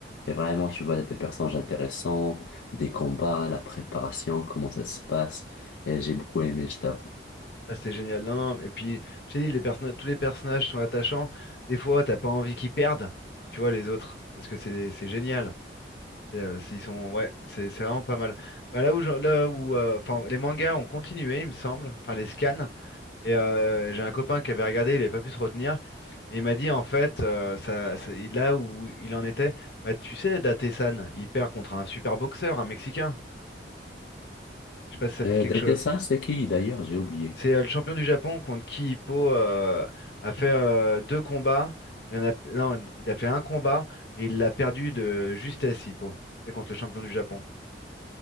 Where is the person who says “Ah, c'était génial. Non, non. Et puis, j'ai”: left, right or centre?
Left